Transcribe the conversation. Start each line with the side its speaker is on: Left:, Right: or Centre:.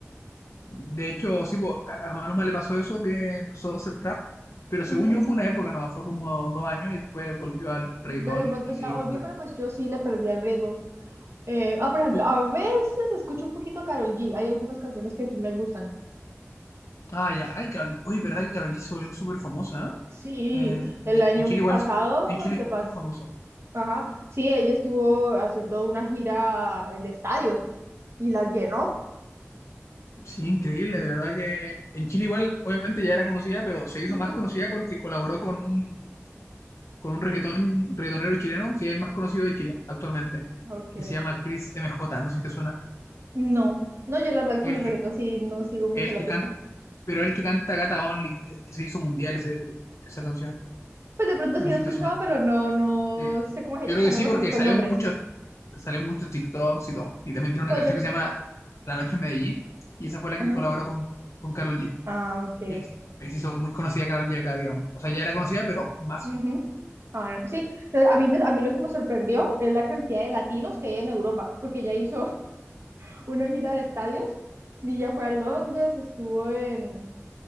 Left: De hecho, sí, po, a a Maluma le pasó eso, que empezó a hacer trap, pero según
Right: Ujú.
Left: yo fue una época, no, fue como dos años y después volvió al reggaetón
Right: Ve, De pronto
Left: y, y
Right: ya
Left: sigue
Right: volvió,
Left: con reggaetón.
Right: pero pues yo sí le perdí el ritmo. Eh, ah, por ejemplo,
Left: Tú,
Right: a veces escucho un poquito a Karol G. Hay algunas canciones que sí me gustan.
Left: ah, ya, ay, Karol, uy, ¿verdad que Karol G se volvió súper famosa?
Right: Sí,
Left: ¿eh? Eh,
Right: el
Left: en
Right: año
Left: en Chile igual,
Right: pasado,
Left: es- en Chile
Right: antepas,
Left: es muy famosa.
Right: ajá, sí, ella estuvo haciendo una gira de estadios y las llenó.
Left: Sí, increíble, de verdad que en Chile igual, obviamente ya era conocida, pero se hizo
Right: Ujú.
Left: más conocida porque colaboró con un, con un reggaetón, reggaetonero chileno que es el más conocido de Chile actualmente,
Right: Ok.
Left: que se llama Chris M J no sé si te suena.
Right: No, no, yo la verdad con
Left: El
Right: el reggaetón sí no sigo mucho
Left: El
Right: la
Left: que
Right: pista.
Left: canta, pero el que canta Gata Only, el que se hizo mundial ese- esa canción.
Right: Pues de pronto
Left: No
Right: sí lo
Left: sé
Right: he escuchado,
Left: si te suena.
Right: pero no, no
Left: Sí.
Right: sé cómo es,
Left: Yo creo
Right: o sea,
Left: que
Right: no
Left: sí,
Right: reconozco
Left: porque salió
Right: el nombre.
Left: en muchos, salió en muchos TikToks y todo. Y también tiene
Right: Entonces
Left: una canción que
Right: yo,
Left: se llama La Noche en Medellín. Y esa fue la
Right: ajá,
Left: que colaboró con, con Karol G.
Right: ah, ok.
Left: Y ahí se ahí se hizo muy conocida Karol G acá, digamos. O sea, ya era conocida, pero más.
Right: Ujú. Ah, no, sí, eh, a mí, me- a mí lo que me sorprendió es la cantidad de latinos que hay en Europa, porque ella hizo <laughs> una gira de estadios y ya fue a Londres, estuvo en,